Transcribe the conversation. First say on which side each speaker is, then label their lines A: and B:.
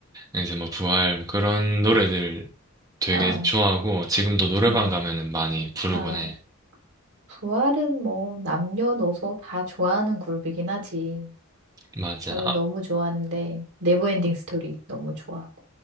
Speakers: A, on the right (about 15°); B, on the right (about 80°).
A: 이제 뭐 부활 뭐 그런 노래들 되게
B: 아,
A: 좋아하고 지금도 노래방
B: 아,
A: 가면은 많이 부르곤
B: 아.
A: 해.
B: 부활은 뭐 남녀노소 다 좋아하는 그룹이긴 하지.
A: 맞아.
B: 나도
A: 아,
B: 너무 좋아하는데 네버엔딩 스토리 너무 좋아하고.